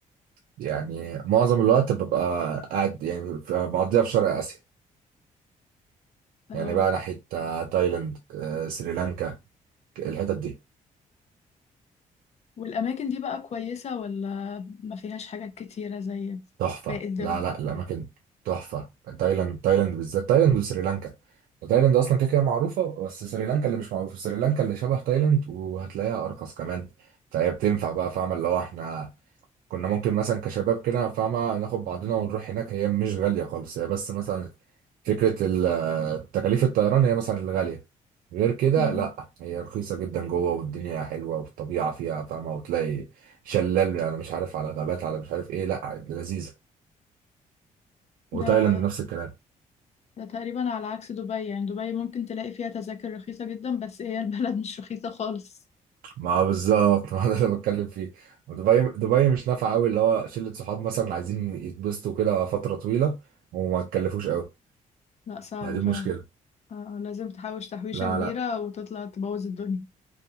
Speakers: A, on the right; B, on the left.
A: يعني معظم الوقت ببقى قاعد يعني بقضيها في شرق اسيا
B: اه
A: يعني بقى ناحية آه، تايلاند آه، سريلانكا الحتت دي
B: والأماكن دي بقى كويسة ولا ما فيهاش حاجات كتيرة زي
A: تحفة
B: باقي الدول
A: لا لا الأماكن تحفة تايلاند تايلاند بالذات تايلاند وسريلانكا تايلاند أصلا كده كده معروفة بس سريلانكا اللي مش معروفة سريلانكا اللي شبه تايلاند وهتلاقيها أرخص كمان فهي بتنفع بقى فاهمة اللي هو احنا كنا ممكن مثلا كشباب كده فاهمة ناخد بعضنا ونروح هناك هي مش غالية خالص هي بس مثلا فكرة ال- تكاليف الطيران هي مثلا الغالية غير كده
B: مم.
A: لا هي رخيصة جدا جوه والدنيا حلوة والطبيعة فيها فاهمة وتلاقي شلال أنا مش عارف على غابات على مش عارف إيه لا لذيذة
B: ده
A: وتايلاند نفس الكلام
B: ده تقريبا على عكس دبي يعني دبي ممكن تلاقي فيها تذاكر رخيصة جدا بس هي البلد <laughs> مش رخيصة خالص
A: ما بالظبط <laughs> ما ده اللي بتكلم فيه ودبي دبي مش نافعة قوي اللي هو شلة صحاب مثلا عايزين يتبسطوا كده فترة طويلة وما تكلفوش قوي
B: لا صعبة
A: لا دي
B: فعلا
A: مشكلة
B: آه لازم تحوش تحويشة
A: لا
B: كبيرة
A: لا
B: وتطلع تبوظ الدنيا